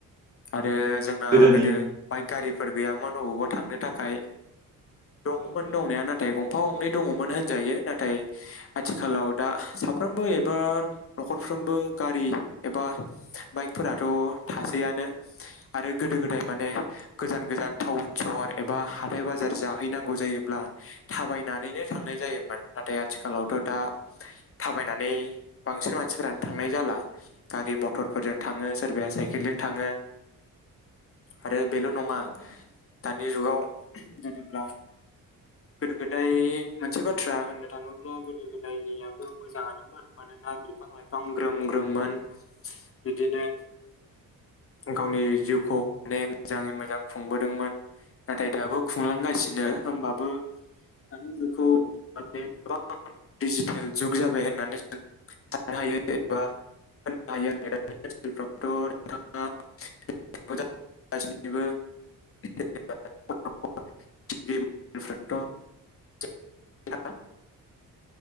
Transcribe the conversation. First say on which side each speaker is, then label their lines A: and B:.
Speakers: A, on the left; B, on the right.
A: आरो
B: माने
A: जोंना
B: गोदोनि
A: गोदो बाइक गारिफोर गैयामोन अबावबा थांनो थाखाय दङमोन
B: औ नोंथां
A: दंनाया
B: औ
A: नाथाय गंफा गंनै दङमोन होनजायो नाथाय आथिखालाव दा साफ्रोमबो एबा न'खरफ्रोमबो गारि एबा बाइकफोराथ' थासैआनो आरो गोदो गोदाय माने गोजान गोजान टाउन सहर एबा हाथाय बाजार जाहैनांगौ जायोब्ला थाबायनानैनो थांनाय जायोमोन। नाथाय आथिखालावथ दा थाबायनानै बांसिन मानसिफोरानो थांनाय जाला गारि मथरफोरजों थाङो सोरबाया साइकेलजों थाङो आरो बेल नङा
B: औ नोंथां
A: दानि जुगाव जेनेब्ला गोदो- गोदाय मोनसे बाथ्रा होननो थाङोब्ला गोदो -गोदायनियाबो मोजाङानोमोन मानोना बिफां- लाइफां ग्रोम- ग्रोममोन बिदिनो गावनि जिउखौ माने मोजाङै मोजां खुंबोदोंमोन नाथाय दाबो खुं लांगासिनो
B: औ नोंथां
A: होमबाबो दानि जुग खौ माने गोबां दिजिटेल जुग जाबाय होननानै जों साननो हायो एबा होननो हायो <unintelligible> ओनसोलफोरावथ <unintelligible> <unintelligible> <unintelligible>